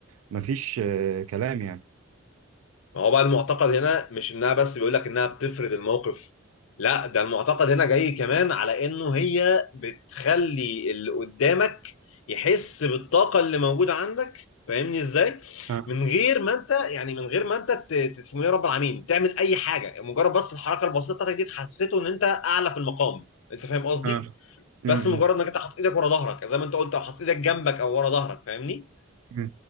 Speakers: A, on the right; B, on the left.
A: مفيش آه، كلام يعني
B: ما هو بقى المعتقد هنا مش انها بس بيقول لك انها بتفرض الموقف لا ده المعتقد هنا جاي كمان على انه هي بتخلي اللي قدامك يحس بالطاقة اللي موجودة عندك فاهمني ازاي؟
A: اه
B: من غير ما انت يعني من غير ما انت ت- ت- اسمه ايه يا رب العالمين تعمل اي حاجة مجرد بس الحركة البسيطة بتاعتك دي تحسسه ان انت اعلى في المقام انت فاهم قصدي؟
A: اه م-
B: بس مجرد
A: م-
B: انك انت حاطط ايدك ورا ظهرك زي ما انت قلت او حاطط ايدك جنبك او ورا ظهرك فاهمني؟
A: م.